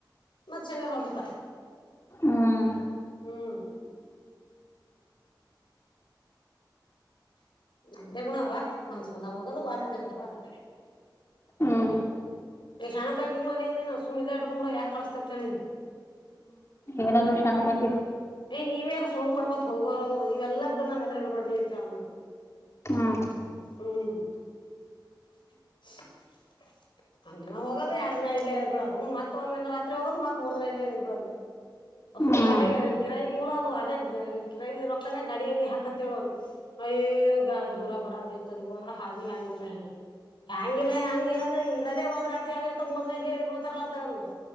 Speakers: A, on the left; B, on the left.
A: ಮತ್ತ್ ಶನಿವಾರ ಹೋಗ್ಬಿಡ್ತಾರ
B: ಹ್ಮ್
A: ಹ್ಮ್ ನಮ್ದೇ ಗುಣವಾ ಮನ್ಸ್ ಮಂದಾಗ ಹೋಗದು ವಲ್ಂತ ಬಿಟ್ಬಿಡ ಮಷ್ಟ
B: ಹ್ಮ್
A: ಶಣ ತಕಂಗ ಮದ್ ಏನಿನ ಸುಮ್ ಇಲ್ಲ ಇಟ್ಕೊಂಡಳ ಯಾಕ್ ಕಳಸ್ತೇತ್ ಹೇಳಿನಿ
B: ಏನಾದ್ೂ ಶಣಕ್ ಕಾಕಿ
A: ಯ್ ನೀವೇ ಎಲ್ಲ ಸೋಂಗ್ ಮಾಡ್ಕೊ ಹೋಗೋ್ರ ಇವೆಲ್ಲ ಬಿಡು ನಾನ ಎದ್ರರು ಹೇಳ್ಬಡಡ್ನಿ ಚಾಮನ
B: ಹ್ಮ್
A: ಹ್ಮ್ <inaudible> ಒಂದಿನ ಹೋಗೋದು ಎರಡ್ನಿನ ಇಲ್ಲ ಎ ಹೇಳಿಬಿಳೋದು ಮತ್ತ ಒಂದ ದಿನ ರಾತ್ರಿ ಹೋಗೋದು ಮತ್ ಮೂರ್ ದನಿನ ಇಲ್ಲ ಎ ಹೇಳಳ್ಬ ಬಿಳೋದು ಅಸು
B: ಹ್ಮ್
A: ಗಾಡಿ ಕಿರಾಯಿ ಮೂಲಅದು ಅದೇ ಕಿರಿ ರೊಕ್ಕಾನ ಗಾಡಿ ಎಣ್ಣಿ ಹಾಕ ಹೇಳೇಳ ಯ ದೂರ ಬರದಿ ಇರ್ತದ ಇವ ಹಾದಿ ಹೆ್ಯಾಂಗಲ್ಲ ಹೆಂಗ ಹ್ಯಾಂಗಿಲ್ಲಾ ಹೆ್ಯಾಂಗಿಲ್ಲಾ ಅಂದ್ರೆ ಇರದೇ ಒಂದ್ ರಾರಿ ಅಲ್ಲಿ ಇರ್ತ ಮೊದನ ಇಲಿ ಬಿಳತಾರ ಅಂತ ಹೇಳ